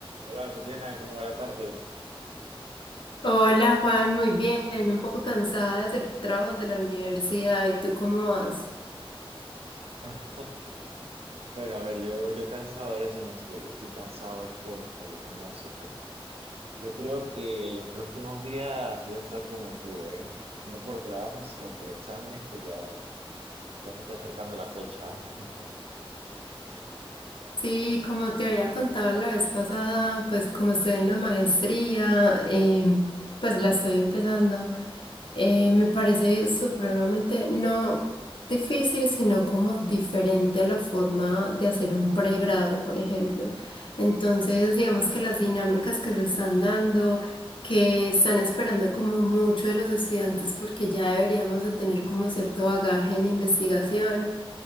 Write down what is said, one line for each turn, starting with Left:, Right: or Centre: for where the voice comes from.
Right: Hola Tatiana, ¿cómo va la tarde?
Left: Hola Juan, muy bien, un poco cansada de hacer trabajos de la universidad. ¿Y tú cómo vas?
Right: <laughs> Bueno, a ver, yo, yo cansado de eso no estoy, yo estoy cansado es por, por el gimnasio, pero yo creo que los próximos días voy a estar como tú, ¿eh? No por trabajo, sino por exámenes que ya, ya se está acercando la fecha, <laughs>
Left: Sí, como te había contado la vez pasada, pues como estoy en la maestría, eh, pues la estoy empezando. Eh, me parece supremamente, no difícil, sino como diferente a la forma de hacer un pregrado, por ejemplo. Entonces, digamos que las dinámicas que se están dando, que están esperando como mucho de los estudiantes, porque ya deberíamos de tener como cierto bagaje en investigación.